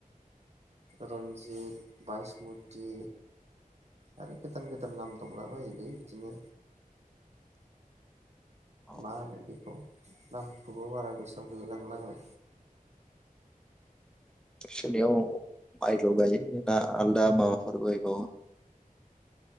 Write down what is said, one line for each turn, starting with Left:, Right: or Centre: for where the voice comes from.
Right: रन्जित बायसमुति आरो गोदान गोदान नाम दंला बायोलै इदिनो।
Centre: औ
Right: मा होनो बेखौ। नामखौबो बारा गोसोआव गोैलैलांला आंङो।
Centre: नोंसोरनियाव माइल गायोना आलदा माबाफोर गायबावो।